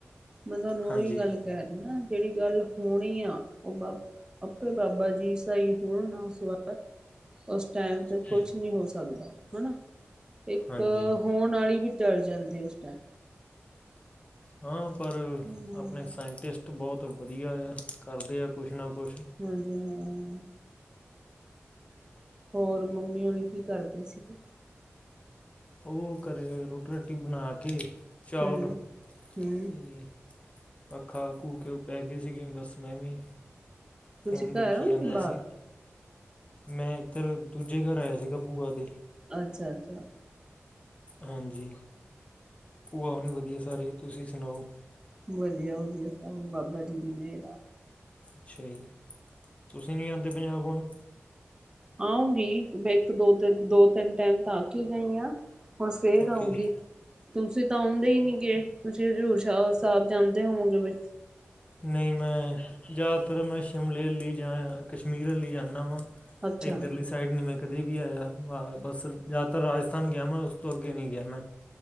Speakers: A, on the right; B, on the left.
A: ਮੈਂ ਤੁਹਾਨੂੰ
B: ਹਾਂਜੀ
A: ਉਹੀ ਗੱਲ ਕਹਿ ਰਹੀ ਹਾਂ ਜਿਹੜੀ ਗੱਲ ਹੋਣੀ ਆ ਉਹ ਬਾ। ਆਪੇ ਬਾਬਾ ਜੀ ਸਹੀ ਹੋਣ ਨਾ ਸੁਣਨ ਉਸ ਟਾਈਮ ਤੇ
B: ਅਤੇ
A: ਕੁਛ ਨਹੀਂ ਹੋ ਸਕਦਾ ਹਨਾ। ਇੱਕ
B: ਹਾਂਜੀ
A: ਹੋਣ ਆਲੀ ਵੀ ਟੱਲ ਜਾਂਦੀ ਉਸ ਟਾਈਮ।
B: ਹਾਂ ਪਰ
A: ਹੂੰ
B: ਆਪਣੇ ਸਾਇੰਟਿਸਟ ਬਹੁਤ ਵਧੀਆ ਯਾ ਕਰਦੇ ਆ ਕੁਛ ਨਾ ਕੁਛ।
A: ਹਾਂਜੀ, ਹਾਂ ਹਾਂ ਹਾਂ ਹਾਂ। ਹੋਰ ਮੰਮੀ ਹੋਣੀ ਕੀ ਕਰਦੇ ਸੀਗੇ?
B: ਉਹ, ਘਰੇ ਰੋਟੀ-ਰਾਟੀ ਬਣਾ ਕੇ। ਚੌਲ
A: ਹੂੰ ਹੂੰ
B: ਤੇ ਪੱਖਾ ਖੂ ਕੇ ਉਹ ਪੈ ਗਏ ਸੀਗੇ ਬਸ ਮੈਂ ਵੀ
A: ਤੁਸੀਂ
B: ਫੋਨ ਦੇਖੀ
A: ਘਰ ਹੋ
B: ਜਾਂਦਾ
A: ਕਿ ਬਾਹਰ?
B: ਸੀ। ਮੈਂ ਇੱਧਰ ਦੂਜੇ ਘਰ ਆਇਆ ਸੀਗਾ ਭੂਆ ਦੇ।
A: ਅੱਛਾ-ਅੱਛਾ।
B: ਹਾਂਜੀ, ਭੂਆ ਹੁਣੇ ਵਧੀਆ ਸਾਰੇ ਤੁਸੀਂ ਸੁਣਾਓ?
A: ਵਧੀਆ-ਵਧੀਆ, ਸਭ ਬਾਬਾ ਜੀ ਦੀ ਮੇਹਰ ਆ।
B: ਅੱਛਾ ਜੀ ਤੁਸੀਂ ਨਹੀਂ ਆਂਦੇ ਪੰਜਾਬ ਹੁਣ?
A: ਆਉਂਗੀ, ਮੈਂ ਇੱਕ ਦੋ ਤਿੰਨ-ਦੋ ਤਿੰਨ। ਟਾਈਮ ਥੱਕ ਗਈ ਹਾਂ, ਹੁਣ ਫਿਰ
B: ਓਕੇ
A: ਆਊਂਗੀ। ਤੁਸੀਂ ਤਾਂ ਆਉਂਦੇ ਈ ਨੀ ਗੇ, ਤੁਸੀਂ ਹਜ਼ੂਰ ਸ਼ਾਹ ਸਾਅਬ ਜਾਂਦੇ ਹੋਵੋਗੇ ਬਚ
B: ਨਈ ਮੈਂ, ਜਆਦਾ ਤਰ ਮੈਂ ਸ਼ ਏ ਸ਼ਿਮਲੇ ਅੱਲ ਈ ਜਾਂ ਯਾਂ, ਕਸ਼ਮੀਰ ਅੱਲ ਈ ਜਾਨਾ ਵਾਂ,
A: ਅੱਛਾ।
B: ਇੱਧਰਲੀ ਸਾਈਡ ਨਹੀਂ ਮੈਂ ਕਦੇ ਵੀ ਆਯਾ। ਹਾ, ਬਸ ਜ਼ਿਆਦਾਤਰ ਰਾਜਸਥਾਨ ਗਿਆ ਮਾਂ ਉਸ ਤੋਂ ਅੱਗੇ ਨੀ ਗਿਆ ਮੈਂ।